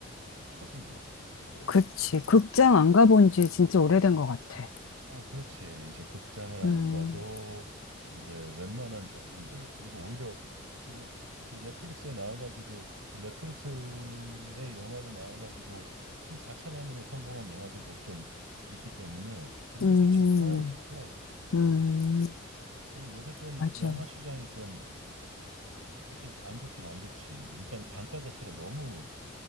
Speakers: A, on the right; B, on the left.
A: 확 커진 것 같아. 어.
B: 그치. 극장 안 가본 지 진짜 오래된 것 같아.
A: 아, 그렇지. 이제 극장을 안
B: 음,
A: 가도 이제 웬만한 작품들, 그리고 오히려 그, 그 넷플릭스에 나와가지고 그 넷플릭스의 영화로 나와가지고 그 자체만으로 성공한 영화들도 좀 있기 때문에 그런
B: 음,
A: 것도 참 편하고 좋더라고. 어.
B: 음, 음.
A: 그리고 요새 좀
B: 맞아.
A: 영화 시장이 좀 사실 안 좋긴 안 좋지. 일단 단가 자체가 너무